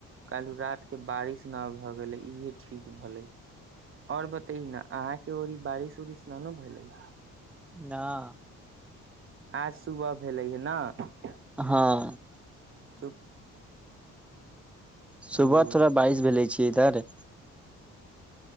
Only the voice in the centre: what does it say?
न
हँ
सुबह
थोरा बइश भेल लै छै इधर